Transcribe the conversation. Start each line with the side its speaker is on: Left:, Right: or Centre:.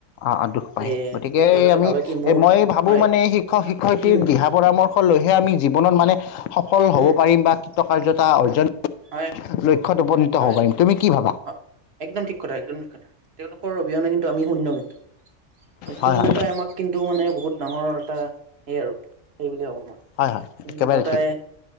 Left: অ' অ' দুখ পায়,
Right: যে
Left: গতিকে
Right: তেওঁলোকে
Left: আমি
Right: ভাবে কি মোৰ
Left: এ মই ভাবো
Right: হয়
Left: মানে শিক্ষক শিক্ষয়িত্ৰীৰ
Right: উম
Left: দিহা পৰামৰ্শ লৈহে আমি জীৱনত মানে সফল হ'ব
Right: উম
Left: পাৰিম বা কাৰ্যতা অৰ্জন
Right: হয়
Left: লক্ষ্যত উপনীত
Right: হয়
Left: হ'ব পাৰিম তুমি কি ভাবা?
Right: হয় একদম ঠিক কথা একদম ঠিক কথা, তেওঁলোকৰ অবিহনে কিন্তু আমি শূন্য কিন্তু, শূন্যতাই
Left: হয় হয়
Right: আমাক কিন্তু মানে বহুত ডাঙৰ এটা সেই আৰু, সেইবুলি ভবো মই।
Left: হয় হয়
Right: সুণ্যতাই
Left: একেবাৰে ঠিক